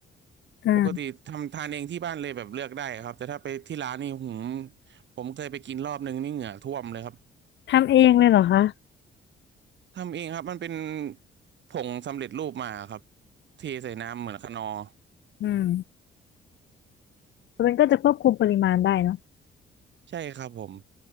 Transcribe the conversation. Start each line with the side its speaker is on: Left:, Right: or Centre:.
Left: อ่า
Right: ปกติทำทานเองที่บ้านเลยแบบเลือกได้ครับแต่ถ้าไปที่ร้านนี่หืมผมเคยไปกินรอบนึงนี่เหงื่อท่วมเลยครับ
Left: ทำเองเลยเหรอคะ
Right: ทำเองครับมันเป็นผงสำเร็จรูปมาครับเทใส่น้ำเหมือนคะนอร์
Left: อืมมันก็จะควบคุมปริมาณได้เนอะ
Right: ใช่ครับผม